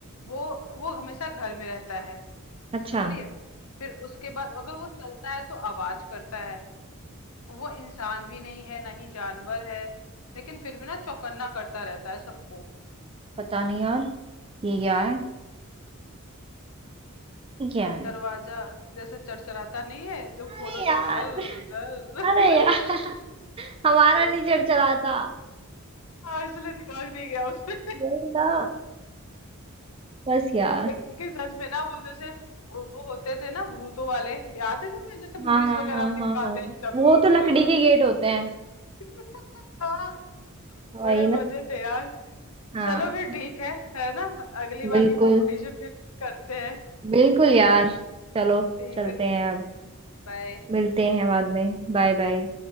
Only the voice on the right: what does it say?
अच्छा
पता नहीं यार ये क्या है ये क्या है
अरे यार
अरे यार <laughs> हमारा
नहीं चढ़ चला था
वही ना बस यार
हाँ हाँ
हाँ
हाँ हाँ
वो तो लकड़ी के गेट होते हैं
वही
ना
हाँ
बिल्कुल
बिल्कुल यार
चलो
चलते
हैं अब
मिलते हैं बाद में बाय बाय